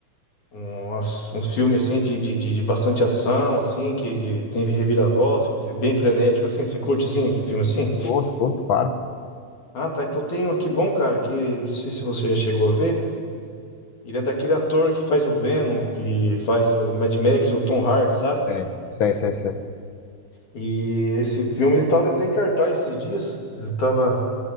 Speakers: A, on the left; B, on the left.
A: um, as- um filme assim de, de, de, de bastante ação, assim, que, que tem reviravoltas, que é bem frenético, assim. Você curte assim, filme assim?
B: Curto, curto, claro.
A: Ah, tá. Então tem um aqui bom, cara, que não sei se você já chegou a ver. Ele é daquele ator que faz o Venom, que faz o Mad Max, o Tom Hardy, sabe?
B: Sei, sei, sei, sei.
A: E esse filme ele tava até em cartaz esses dias. Ele tava